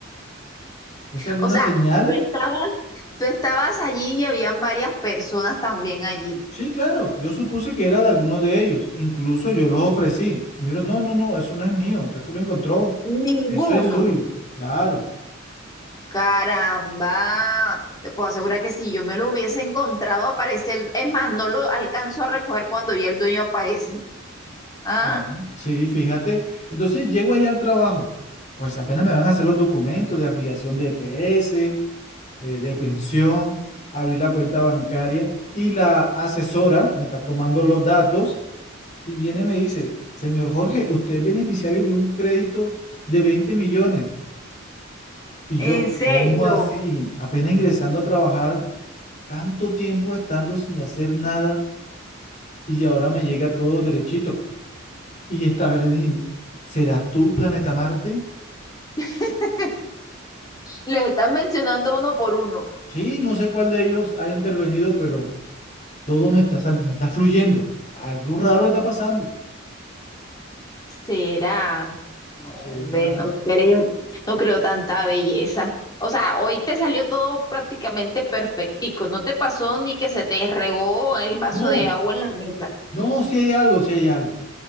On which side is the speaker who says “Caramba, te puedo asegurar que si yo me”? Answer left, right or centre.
Left